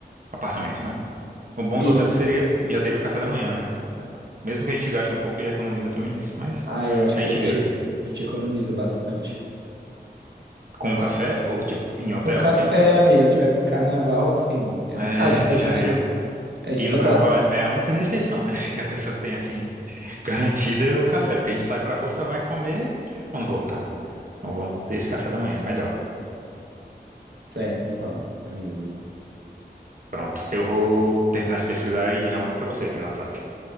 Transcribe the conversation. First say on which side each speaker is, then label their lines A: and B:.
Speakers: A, on the right; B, on the right.
A: apartamento, né? O bom
B: isso.
A: do hotel é que seria, já teria o café da manhã, né? Mesmo que a gente gaste um pouco, já economiza também nisso. Mas
B: Ah, eu acho
A: a
B: que
A: gente
B: a gente,
A: vê
B: a gente economiza bastante.
A: com o café, ou tipo, em hotel
B: Com café,
A: ou sem hotel.
B: amigo, a gente vai pro carnaval, assim, eu
A: É,
B: acho que
A: que
B: a gente,
A: já é.
B: a gente
A: E
B: vai
A: no carnaval
B: estar
A: é é a única refeição, né? <laughs> Que a pessoa tem, assim, <laughs> garantida é o café. Porque a gente sai pra rua, só vai comer quando voltar. Então vamos ter esse café da manhã, melhor.
B: certo, então, amigo.
A: Pronto. Eu vou terminar de pesquisar e já mando pra você aqui no WhatsApp.